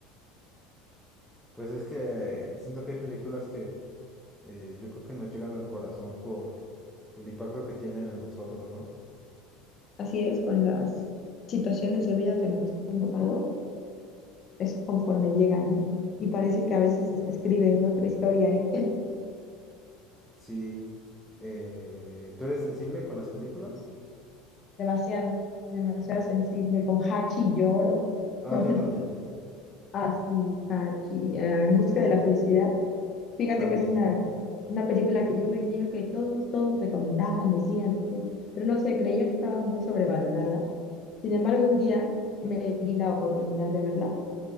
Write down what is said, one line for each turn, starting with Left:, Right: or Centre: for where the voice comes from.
Centre: Pues es que siento que hay películas que eh, yo creo que nos llegan al corazón por, por el impacto que tienen en nosotros, ¿no?
Left: Así es, con las situaciones de vida que nos han tocado, es conforme llegan. Y parece que a veces hasta escriben ¿no? otra historia ahí.
Centre: Sí. eh, ¿tú eres sensible con las películas?
Left: <laughs> Demasiado, demasiado sensible. Con Hachi lloro.
Centre: Ah,
Left: <laughs>
Centre: yo también,
Left: Así, Hachi. ah, en busca de la felicidad. Fíjate
Centre: también.
Left: que es una, una película que yo veía que todos, todos recomendaban, decían, decían. Pero no sé, creía que estaba muy sobrevalorada. Sin embargo, un día me di la oportunidad de verla